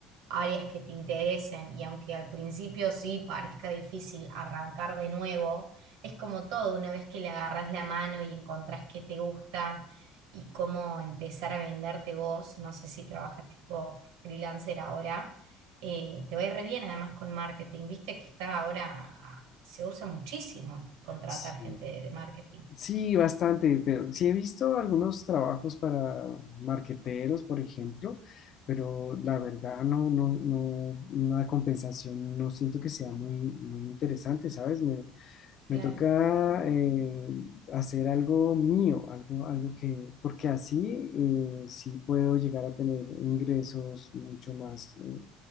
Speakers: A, on the right (about 85°); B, on the left (about 35°).
A: áreas que te interesen y aunque al principio sí parezca difícil arrancar de nuevo, es como todo, una vez que le agarras la mano y encontrás qué te gusta y cómo empezar a venderte vos. No sé si trabajas tipo freelancer ahora. eh, te va a ir re bien además con marketing. Viste que está ahora, ah, se usa muchísimo contratar
B: sí.
A: gente de, de marketing.
B: Sí, bastante, pero sí he visto algunos trabajos para marqueteros, por ejemplo, pero la verdad no, no, no, una compensación no siento que sea muy, muy interesante, ¿sabes? Me,
A: Claro.
B: me toca eh, hacer algo mío, algo, algo que, porque así eh, sí puedo llegar a tener ingresos mucho más, eh,